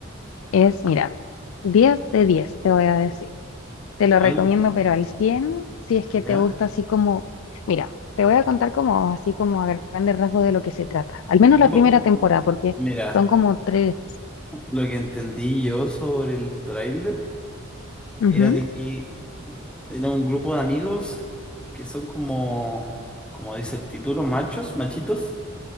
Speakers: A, on the left; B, in the centre.
A: Es, mira, 10 de 10 te voy a decir. Te lo recomiendo,
B: Algo,
A: pero al 100 si es que
B: ya.
A: te gusta así como, mira, te voy a contar como así como a grandes rasgos de lo que se trata. Al menos
B: Yo,
A: la primera temporada, porque
B: mira,
A: son como tres.
B: lo que entendí yo sobre el tráiler
A: Ujú,
B: era de que Era un grupo de amigos que son como, como dice el título, machos, machitos,